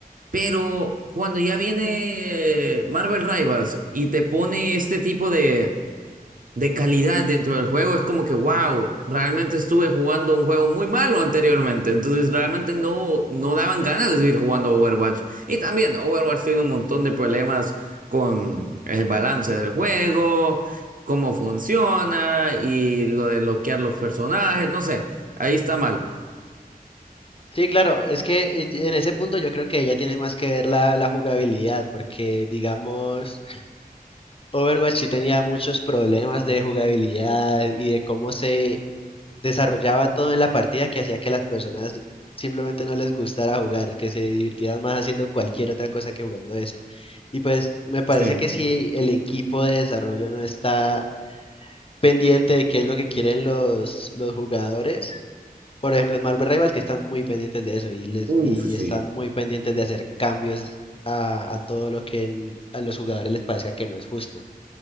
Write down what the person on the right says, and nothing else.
Pero cuando ya viene eh, Marvel Rivals y te pone este tipo de, de calidad dentro del juego, es como que, wow, realmente estuve jugando un juego muy malo anteriormente, entonces realmente no, no daban ganas de seguir jugando Overwatch. Y también Overwatch tiene un montón de problemas con el balance del juego, cómo funciona y lo de bloquear los personajes, no sé, ahí está mal.
Sí.
Uf,
sí.